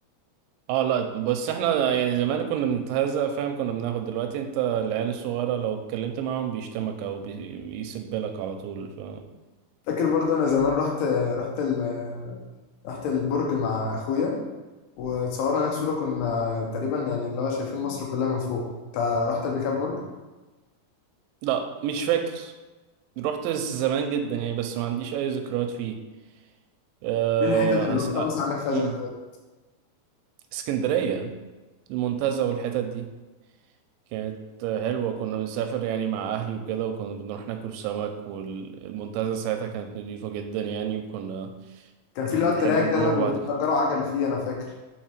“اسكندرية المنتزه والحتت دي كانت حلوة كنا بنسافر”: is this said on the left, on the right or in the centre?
Right